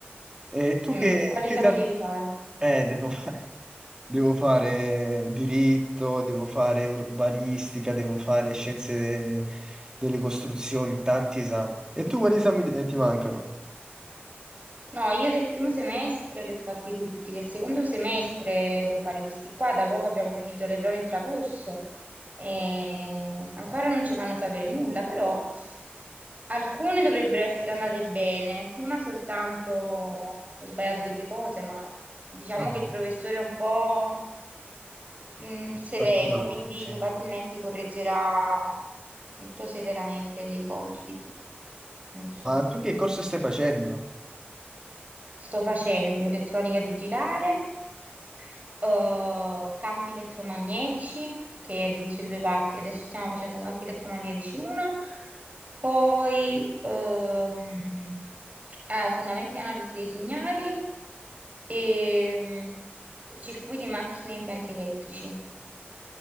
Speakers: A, on the right (about 20°); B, on the right (about 40°).
A: E tu
B: Mm,
A: che,
B: quali
A: che
B: esami
A: esami...
B: devi fare?
A: Eh, devo Devo fare diritto, devo fare urbanistica, devo fare scienze de- delle costruzioni, tanti esami. E tu quali esami eh, ti
B: Mm.
A: mancano?
B: No, io del primo semestre li ho fatti tutti, del secondo semestre devo fare questi qua, da poco abbiamo finito le prove intracorso e ancora non ci fanno sapere nulla, però alcune dovrebbero essere andate bene, una soltanto ho sbagliato delle cose, ma diciamo
A: Vabbè,
B: che il professore è un po' mh, severo,
A: particolari,
B: quindi
A: sì.
B: probabilmente correggerà molto severamente dei compiti, non so.
A: Ma tu che corso stai facendo?
B: Sto facendo elettronica digitale, eh, campi elettromagnetici, che è diviso in due parti. Adesso stiamo facendo campi elettromagnetici 1, poi ehm, eh, fondamenti di analisi dei segnali e, mm, e circuiti, macchine e impianti elettrici.